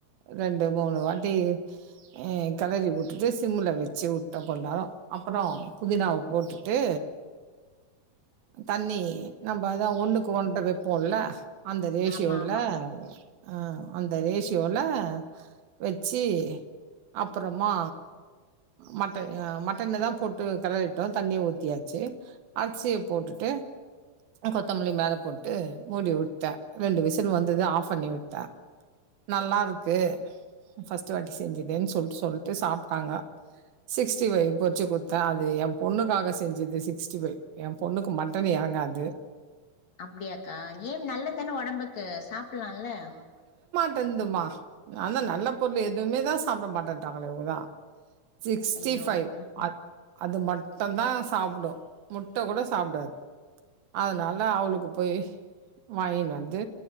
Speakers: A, on the right (about 70°); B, on the left (about 50°).
A: ரெண்டு மூணு வாட்டி ஆ கெளறி விட்டுட்டு சிம்மில வச்சு விட்டு கொஞ்ச நேரோ அப்புறோ புதினாவ போட்டுட்டு தண்ணி நம்ம அதான் ஒண்ணுக்கு ஒன்ற வைப்போல அந்த ரேஷியோல
B: ஆமா ஆமாக்கா
A: ஆ அந்த ரேஷ் <unintelligible> வச்சு அப்புறமா மட் அ மட்டனதா போட்டு கெளறிட்டோ தண்ணி ஊத்தியாச்சு அர்சிய போட்டு ட்டு ஆ கொத்தமல்லி மேல போட்டு மூடி விட்டுட்டே ரெண்டு விசில் வந்தது ஆஃப் பண்ணி விட்டே நல்லா இருக்கு ஃபர்ஸ்ட் வாட்டி செஞ்சதுன்னு சொல்ட்டு சாப்ட்டாங்க சிக்ஸ்டிஃபைவ் பொரிச்சு குட்த்தே அது என் பொண்ணுக்காக செஞ்சது சிக்ஸ்டிஃபைவ் என் பொண்ணுக்கு ட்டன் எறங்காது
B: அப்டியாக்கா ஏன் நல்லதுதான ஒடம்புக்கு சாப்படலாம்ல
A: ருந்துமா அதா நல்ல பொருள் எதுவுமேதா சாப்ட மாட்டன்றாங்களே இவுங்கதா சிக்ஸ்டி
B: ஐயோ
A: ஃபைவ்
B: ம்
A: அ அது மட்டும்தா சாப்டு முட்டை கூட சாப்டாது அதனால அவளுக்கு போய் வாங்கின் வந்து